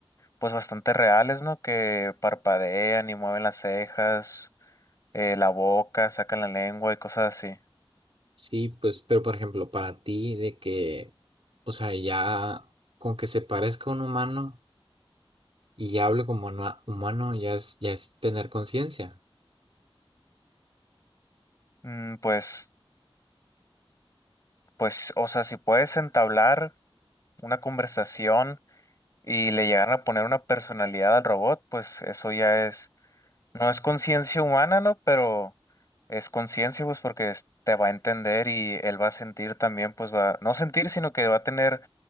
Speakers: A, on the left; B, on the right.
A: pues bastante reales, ¿no? Que parpadean y mueven las cejas, eh, la boca, sacan la lengua y cosas así.
B: Sí, pues, pero por ejemplo, para ti de que, o sea, ya con que se parezca a un humano y ya hable como una- humano, ya es, ya es tener conciencia.
A: Mm, Pues, pues, o sea, si puedes entablar una conversación y le llegan a poner una personalidad al robot, pues eso ya es, no es conciencia humana, ¿no? Pero es conciencia, pues, porque es- te va a entender y él va a sentir también, pues va, no sentir, sino que va a tener,